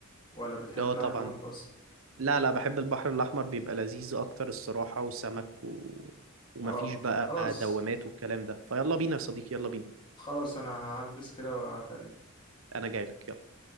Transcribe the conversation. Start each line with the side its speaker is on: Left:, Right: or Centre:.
Left: ولا بتحب
Right: اه
Left: تروح
Right: طبعا
Left: البحر المتوسط؟
Right: لا لا بحب البحر الأحمر بيبقى لذيذ أكتر الصراحة وسمك و... ومفيش
Left: اه
Right: بقى
Left: خلاص
Right: دوامات والكلام ده فيلا بينا يا صديقي يلا بينا
Left: خلاص انا هلبس كده واعدي عليك
Right: أنا جايلك يلا